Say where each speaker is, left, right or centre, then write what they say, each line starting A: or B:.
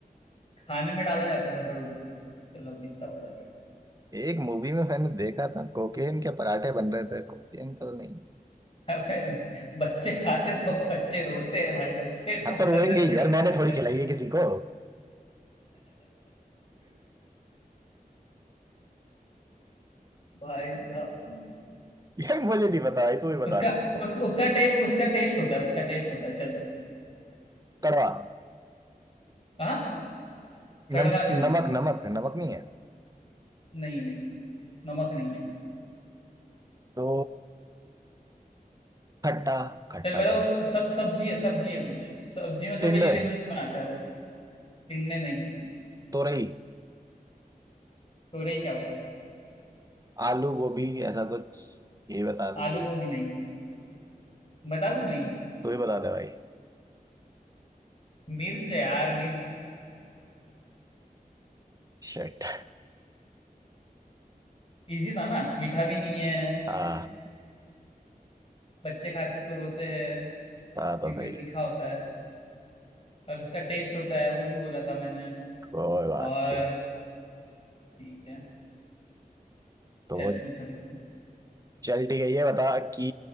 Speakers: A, on the left; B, on the right.
A: खाने में डाला जाता है हर रोज चलो अब इतना बता
B: एक मूवी में मैंने देखा था कोकेन के पराठे बन रहे थे कोकेन तो नहीं
A: अबे न- बच्चे खाते तो बच्चे रोते हैं भाई बच्चे
B: हाँ
A: तो मदद
B: तो रोएंगे ही
A: थोड़ी
B: यार
A: करने
B: मैंने थोड़ी
A: बच्चे
B: खिलाई है किसी को
A: भाई साहब
B: यार मुझे नहीं पता भाई तू ही बता
A: उसका
B: दे
A: उसका उसका टेस्ट उसका टेस्ट होता है उसका टेस्ट होता है चल
B: कड़वा
A: हाँ कड़वा
B: नम
A: नहीं
B: नमक नमक नमक नहीं है
A: नहीं नहीं नमक नहीं है
B: तो खट्टा खट्टा
A: चल बताओ
B: भी नहीं
A: स- सब सब्जी है सब्जी है कुछ सब्जी मतलब
B: टिंडे
A: वेजिटेबल्स में आता है वो टिंडे नहीं
B: तोरई
A: तोरई क्या होता है
B: आलू गोभी ऐसा कुछ यही बता दे
A: आलू
B: यही
A: गोभी नहीं बता दूं मैं ही
B: तू ही बता दे भाई
A: मिर्च है यार मिर्च
B: शिट
A: इजी था ना मीठा भी नहीं है
B: हाँ
A: बच्चे खाते तो रोते हैं
B: था
A: क्योंकि
B: तो सही
A: वो तीखा होता है और उसका टेस्ट होता है वो भी बोला था मैंने
B: कोई बात
A: और
B: नहीं
A: ठीक है
B: तो
A: चल पूछ अभी तू
B: चल ठीक है ये बता कि